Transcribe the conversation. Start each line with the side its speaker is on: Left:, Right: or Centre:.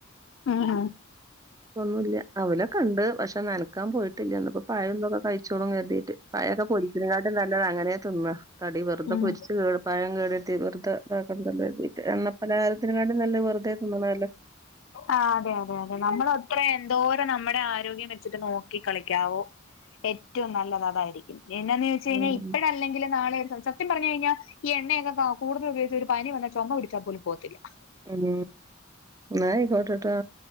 Left: <unintelligible>
Right: ഒന്നുല്ല, അവലൊകണ്ട് പക്ഷെ നനക്കാൻ പോയി ല്ല, ന്നപ്പം പഴുംതൊക്കെക്കെ കഴിച്ചോളുംന്ന് കരുതിയിട്ട് പയൊക്കെ പൊരിച്ചണേകാട്ടിലും നല്ലത് അങ്ങനെ തിന്നാ. ആടിവെറുതെ
Left: ഉം
Right: പൊരിച്ച് കേട പഴം കേടരുത്തി വെറുതെ താ കണ്ടല്ലോ, കര്തിട്ട, എണ്ണപ്പലഹാരത്തിനിം കാട്ടിലും നല്ലത് വെറുതെ തിന്നണതല്ലേ.
Left: ആ, അതെ അതെ അതെ നമ്മളൊത്ര എന്തോരം നമ്മടെ ആരോഗ്യം വെച്ചിട്ട് നോക്കി കളിക്കാവോ. ഏറ്റവും നല്ലതതായിരിക്കും, എന്നാന്ന് ചോയ്ച്ചായിഞാൽ
Right: ഉം
Left: ഇപ്പഴ ല്ലെങ്കിലും നാളെ <unintelligible> സത്യംപറഞ്ഞ കഴിഞ്ഞാൽ ഈ എണ്ണയൊക്കെ കകൂടുതൽപോഗിച്ച ഒരു പനി വന്ന് ചുമ പിടിച്ചാൽ പോലും പോവത്തില്ല.
Right: ഉം. ന്ന ആയിക്കോട്ടെട്ടോ,